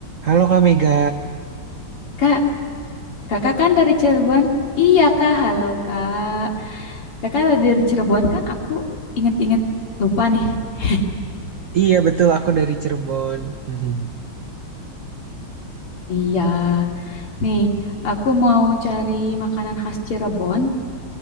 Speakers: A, on the right (about 70°); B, on the left (about 85°).
A: Halo Kak Mega,
B: Kak, kakak kan dari Cirebon? Iya kak, halo kak. Kakak dari Cirebon kan aku inget-inget lupa nih. <laughs>
A: iya betul aku dari Cirebon. <laughs> Mhm.
B: Iya, nih aku mau cari makanan khas Cirebon.